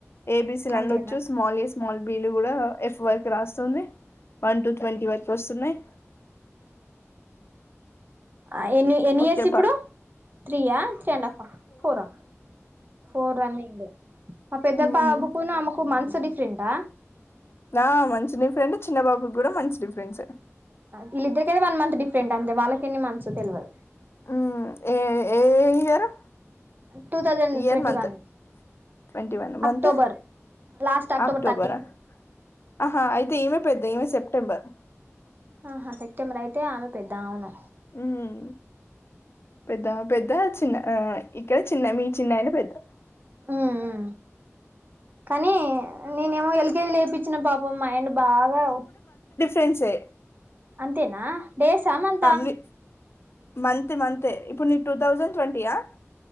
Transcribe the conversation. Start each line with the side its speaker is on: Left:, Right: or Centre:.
Left: ఏబీసి లండడ్
Right: అంతేనా
Left: వచ్చు స్మాలిస్ట్ స్మాల్ బీలు కూడా ఎఫ్ వర్కు రాస్తుంది వన్ టు ట్వంటీ వరకు వస్తున్నాయి
Right: ఆ ఎని ఎన్ని
Left: ఓకే
Right: ఇస్ ఇప్పుడు
Left: పర్
Right: త్రియా త అండ్ఫ ఫోర్ ఫోర్ రన్నింగ్ మా పెద్ద
Left: మ్మ్
Right: బాబుకు ఆమెకు మంచి డిఫరెంట్
Left: ఆ మంచి డిఫరెంట్ చిన్న బాబుకి కూడా మంచి డిఫరెన్స్
Right: వీళిద్దరికైతే వన్ మంత్ డిఫరెంట్ అంతే వాళ్ళకి ఎన్ని మంత్స్ తెలియదు
Left: ఉమ్ ఏ ఏ year
Right: two thousand
Left: year
Right: twenty
Left: month
Right: one
Left: twenty one month
Right: October last
Left: October
Right: thirty
Left: ఆ ఆహా అయితే ఈ పెద్ద ఈమె సెప్టెంబర్
Right: ఆహా సెప్టెంబర్ అయితే ఆమె పెద్ద అవును
Left: ఉమ్ పెద్ద పెద్ద చిన్న ఇక్కడ చిన్న మీ చిన్నాయన పెద్ద
Right: ఉమ్ ఉ కానీ నేనేమో ఎల్కేజి లేపిచ్చిన పాపం మా ఆయన బాగా
Left: రెన్స్ ఏ
Right: అంతేనా డేస్ ఆ మంత్ ఆ
Left: ని మంత్ మంత్ ఏ ఇప్పుడు నీకు two thousand twenty yeah